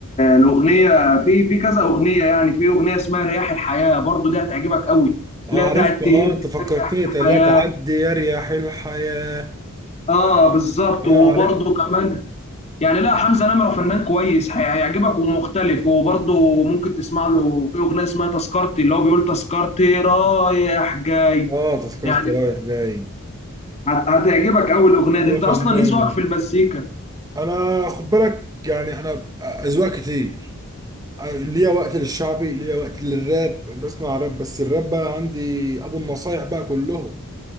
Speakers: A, on the left; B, on the right.
A: الاغنيه في في كذا اغنيه يعني في اغنيه اسمها رياح الحياه برضه دي هتعجبك قوي
B: اه
A: اللي هي
B: عرفت
A: بتاعت
B: اه
A: تهب
B: انت فكرتني
A: رياح الحياه
B: لا تعدي يا رياح الحياه
A: اه بالظبط
B: اه
A: وبرضه
B: عرفت
A: كمان يعني لا حمزه نمره فنان كويس هي- هيعجبك ومختلف وبرضه ممكن تسمع له في اغنيه اسمها تذكرتي اللي هو بيقول تذكرتي رايح جاي
B: اه تذكرت
A: يعني
B: رايح جاي
A: هت- هتعجبك اول اغنيه دي
B: يا
A: انت
B: فنان
A: اصلا ايه ذوقك في المزيكا
B: انا خد بالك يعني انا اذواق كتير آه، ليا وقت للشعبي ليا وقت للراب بسمع راب بس الراب بقى عندي ابو النصايح بقى كلهم